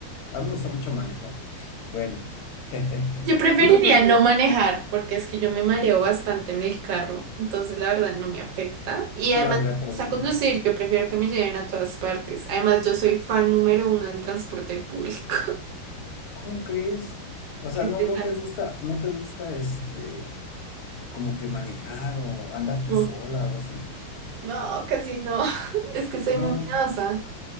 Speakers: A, on the left (about 60°); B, on the right (about 65°).
A: A mí me gusta mucho manejar. Bueno, <laughs>
B: Yo preferiría
A: ¿tú qué pref-
B: no manejar, porque es que yo me mareo bastante en el carro, entonces la verdad no me afecta. Y
A: No
B: además,
A: habrá problema.
B: a conducir, yo prefiero que me lleven a todas partes. Además, yo soy fan número uno del transporte público.
A: ¿Cómo crees? O
B: <laughs>
A: sea,
B: ¿Qué
A: no,
B: te
A: no
B: pasa?
A: te gusta, no te gusta este, como que manejar o andar tú
B: No,
A: sola o así.
B: no, casi no. <laughs> Es que soy
A: No,
B: muy miedosa.